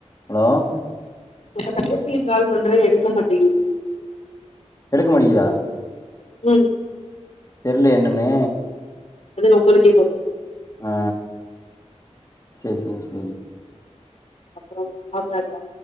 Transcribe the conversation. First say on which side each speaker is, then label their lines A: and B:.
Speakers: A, on the left; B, on the left.
A: Hello
B: எங்க தங்கச்சிக்கு call பண்ற எடுக்கமாட்டேங்குது
A: எடுக்கமாட்டிகிதா
B: ம்
A: தெரிலே என்னன்னு
B: அது உங்களுக்கே கொட்டு
A: ஆ சேரி சேரி சேரி
B: அப்புறோ சாப்டாச்சா